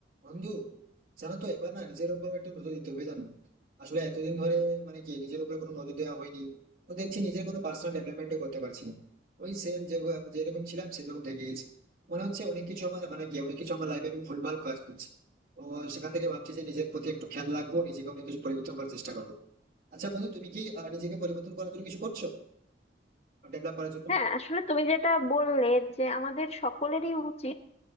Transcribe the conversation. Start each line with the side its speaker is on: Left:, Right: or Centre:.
Right: বন্ধু জানো তো এবার না নিজের উপর একটা নজর দিতে হবে জানো আসলে এতদিন ধরে মানে কি নিজের উপরে কোনো নজর দেওয়া হয়নি তো দেখছি নিজের কোনো পার্সোনাল ডেভেলপমেন্ট করতে পারছি না ওই সেম যে যেরকম ছিলাম সেরকম থেকে গেছি মনে হচ্ছে অনেক কিছু আমার মানে কি অনেক কিছু আমার লাইফে আমি ভুলভাল কাজ করছি তো সেখান থেকে ভাবছি যে নিজের প্রতি একটু খেয়াল রাখবো নিজেকে অনেক কিছু পরিবর্তন করার চেষ্টা করবো আচ্ছা বন্ধু তুমি কি আহ, নিজেকে পরিবর্তন করার জন্য কিছু করছো ডেভেলপ করার জন্য
Left: হ্যাঁ আসলে তুমি যেটা বললে যে আমাদের সকলেরই উচিত